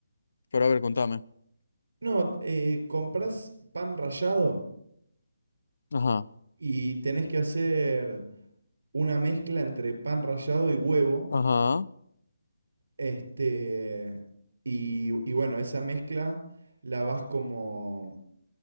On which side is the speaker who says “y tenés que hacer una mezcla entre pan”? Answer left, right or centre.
Right